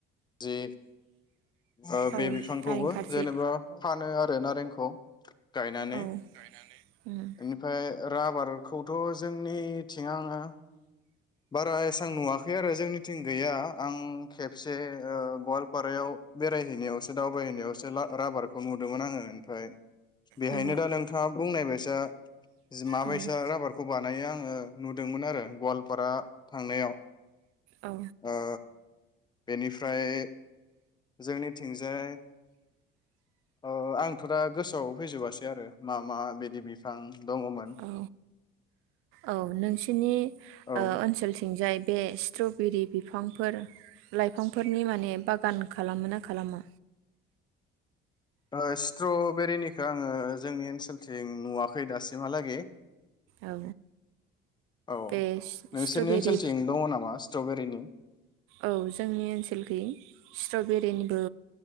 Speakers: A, on the left; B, on the right.
A: जे ओ बे
B: औ
A: बिफांखौबो
B: नारें खारजि
A: जेनेबा फानो आरो नारें खौ गायनानै
B: औ उम
A: इनिफ्राय राबारखौथ' जोंनिथिं आंङो बारा एसां नुवा खै आरो जोंनिथिं गैया आं खेबसे ओ गवालपारायाव बेरायहैनायावसो दावबायहैनायावसो ला-राबारखौ नुदोंमोन आंङो ओमफ्राय बेहायनो
B: औ
A: दा नोंथांङा बुंनायबायसा जि माबायसा
B: औ
A: राबारखौ बानायो आंङो नुदोंमोन आरो गवाल फारा थांनायाव
B: औ
A: ओ बेनिफ्राय जोंनिथिंजाय ओ आंथ' दा गोसोआव फैजोबासै आरो मा मा बिदि बिफां दङमोन
B: औ औ नोंसिनि
A: औ
B: ओ ओनसोल थिंजाय बे स्ट्र'बेरि बिफांफोर लाइफांफोरनि माने बागान खालामोना खालामा?
A: ओ स्ट्रबेरिनिखौ आंङो जोंनि ओनसो खेलथिं नुवाखै दासिमहालागै
B: औ
A: औ
B: बे सि-
A: नोंसोरनि
B: स्ट्रबेरि
A: ओनसोलथिं दङ नामा स्ट्रबेरिनि
B: औ जोंनि ओनसोलखै स्ट्रबेरिनिबो